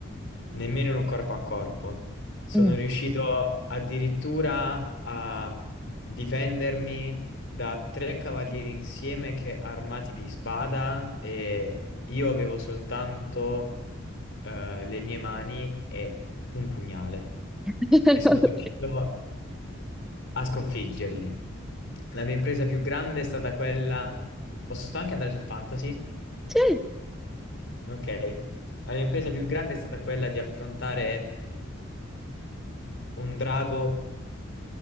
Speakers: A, on the left; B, in the centre.
A: nemmeno in un corpo a corpo. Sono
B: Mm.
A: riuscito addirittura a difendermi da tre cavalieri insieme che armati di spada e io avevo soltanto eh, le mie mani e un pugnale
B: <laughs>
A: e sono
B: Ok.
A: riuscito a sconfiggerli. La mia impresa più grande è stata quella... Posso anche andare sul fantasy?
B: Sì.
A: Ok. La mia impresa più grande è stata quella di affrontare un drago